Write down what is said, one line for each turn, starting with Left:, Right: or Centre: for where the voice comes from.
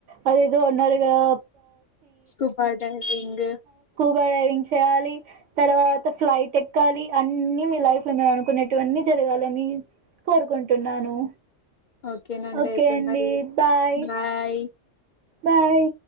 Right: అదేదో ఉన్నారుగాఆ
Left: స్కూల్ బాట రింగు
Right: డ్రైవింగ్ చేయాలి తర్వాత ఫ్లైట్ ఎక్కాలి అన్ని మీ లైఫ్ లో మీరు అనుకునేటు జరగాలని కోరుకుంటున్నాను
Left: ఓకేనండి
Right: ఓకే
Left: అయితే
Right: అండి
Left: మరి
Right: బాయ్
Left: బాయ్
Right: బాయ్